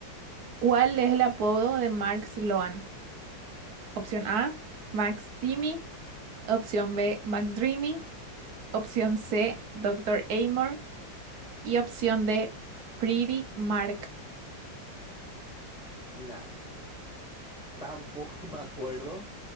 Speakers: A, on the right; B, in the centre.
A: ¿Cuál es el apodo de Mark Sloan? Opción A, Max Timmy. Opción B, McDreamy. Opción C, Doctor Amor. Y opción D, Pretty Mark.
B: Mira, tampoco me acuerdo,